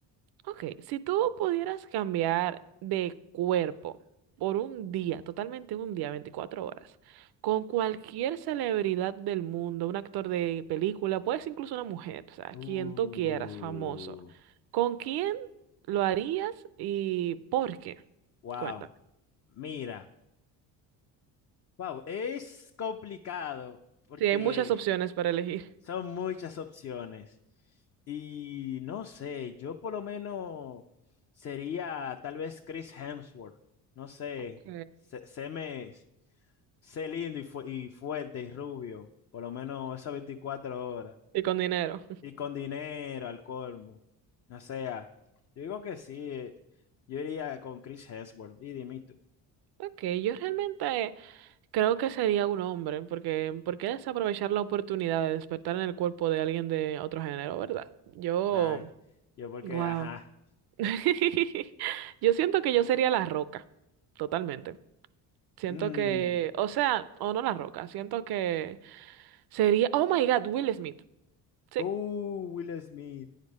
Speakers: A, on the right; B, on the left.
A: Ok, si tú pudieras cambiar de cuerpo por un día, totalmente un día, 24 horas, con cualquier celebridad del mundo, un actor de película, puedes incluso una mujer, o sea,
B: Uh,
A: quien tú quieras, famoso, ¿con quién lo harías y por qué?
B: wow,
A: Cuéntame.
B: mira, wow, es complicado porque
A: Sí, hay muchas opciones para elegir.
B: son muchas opciones y no sé, yo por lo menos sería tal vez Chris Hemsworth, no sé,
A: Ok.
B: se, se me, sé lindo y, fu- y fuerte y rubio, por lo menos esas 24 horas.
A: Y con dinero.
B: Y con dinero, al colmo. O sea, yo digo que sí. eh, Yo iría con Chris Hemsworth. Y dime tú.
A: Ok, yo realmente creo que sería un hombre, porque ¿por qué desaprovechar la oportunidad de despertar en el cuerpo de alguien de otro género, verdad? Yo,
B: Ay, yo porque,
A: wow.
B: ajá.
A: <laughs> Yo siento que yo sería la roca, totalmente. Siento
B: Mm,
A: que, o sea, o no la roca, siento que sería, oh my God, Will Smith. sí.
B: tú, Will Smith.